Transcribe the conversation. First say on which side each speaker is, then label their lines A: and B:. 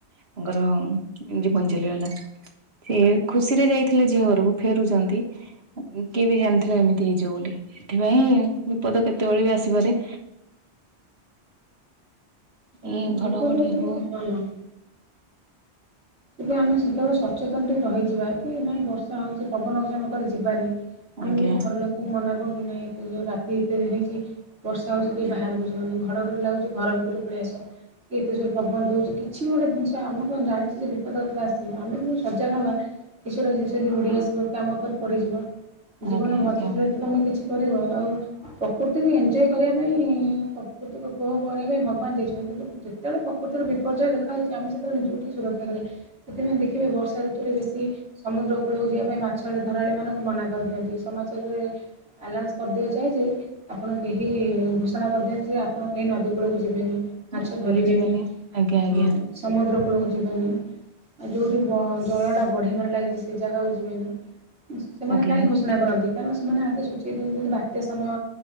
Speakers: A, on the right; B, on the right.
A: ତାଙ୍କର ଜୀବନ ଚାଲିଗଲା। ସେ ଖୁସିରେ ଯାଇ ଥିଲେ ଝିଅ ଘରକୁ ଫେରୁଚନ୍ତି କିଏ ବି ଜାଣିଥିଲା ଏମିତି ହେଇଯିବ ବୋଲି। ସେଥିପାଇଁ ବିପଦ କେତେବେଳେ ବି ଆସେ ଆସିପାରେ।
B: ହୁଁ
A: ଏଇ ଘଡଘଡି
B: ବିପଦ ଏବେ
A: ହଉ
B: ହଁ ହଁ। ସେବେ ଆମେ ସେତେବେଳେ ସଚେତନ ଟିକେ ରହିଯିବା କି ନାଇଁ ବର୍ଷା ହଉଛି ପବନ ହଉଛି ଆମେ କୁଆଡେ ଯିବାନି। ଆମେ
A: ଆଜ୍ଞା
B: ବି ଘରଲୋକଙ୍କୁ ମନା କରୁ ନାଇ ଏତେ ଯୋଉ, ରାତି ଏତେ ହେଇଛି, ବର୍ଷା ହଉଛି ୲କେହି, ବାହାରକୁ ଯାଅନି ୲ଘଡ, ଘଡି ଲାଗୁଛି ୲ ଘରଭିତରୁ ପଳେଇ ଆସ ୲ କି ଏତେ ଯୋରେ ପବନ ଦୋଉଛି, କିଛି ବି ଗୋଟେ ଜିନିଷ, ଆମେ କଣ, ଜାଣିଛୁ ଯେ ଯେତେବେଳେ, ତମେ ଆସିବ ଆମେ' ସଜାଗହ ହବା ୲କିଛି ଗୋଟେ, ଜିନିଷ ଯଦି ଉଡି, ଆସିବ? କି, ଆମ ଉପରେ ପଡିିଯିବ? ଜୀବନ,
A: ଆଜ୍ଞା
B: ବଞ୍ଚି ଥିଲେ
A: ଆଜ୍ଞା
B: ତ, ତମେ କିଛି କରି ଥିବ, ଆଉ' ପ୍ରକୃତିକୁ ଏଞ୍ଜୟ୍ କରିବା ପାଇଁ, ପ୍ରକୃତିକୁ ଉପଭୋଗ କରିବା ପାଇଁ, ଭଗବାନ ଦେଇଛନ୍ତି ୲ କିନ୍ତୁ, ଯେତେବେଳେ ପ୍ରକୃତିର ବିପର୍ଯ୍ୟୟ ଦେଖାାଯାଉଛି, ଆମେ ସେତେବେଳେ, ନିଜକୁ ଟିକେ ସୁରକ୍ଷା, କରିବା । ସେଥିପାଇଁ, ଦେଖିବେ ବର୍ଷା ଋତୁରେ, ବେଶୀ ସମୁଦ୍ର କୂଳକୁ ଯିବା ପାଇଁ, ମାଛଳି ଧରାଳିମାନଙ୍କୁ ମନା କରିଦିଅନ୍ତି ୲ସମାଚାରରେ, ଆଲାନ୍ସ କରିଦିଆଯାଏ, ଯେ ଆପଣ କେହି ଘୋଷଣା କରିଦିଅନ୍ତି, ଯେ ଆପଣ କେହି ନଦୀ କୂଳକୁ ଯିବେନି । ମାଛ
A: ଭାବିକି
B: ଧରିବେନି
A: ଯିବେନି ଆଜ୍ଞା ଆଜ୍ଞା
B: ୲ହଁ, ସମୁଦ୍ର କୁ କୂଳ, ଯିବନି ୲ ଆଉ' ଯୋଉଠି ବ--ଜଳଟା ବଢିବାରେ ଲାଗିଛି, ସେ ଜାଗାକୁ ଯିବେନି । ସେମାନେ
A: ଆଜ୍ଞା।
B: କାହିଁ, ଘୋଷଣା କରନ୍ତି? କାରଣ ସେମାନେ ଆଗେ ସୂଚେଇ, ଦିଅନ୍ତି ୲ଯେମିତି, ବାତ୍ୟା ସମୟ,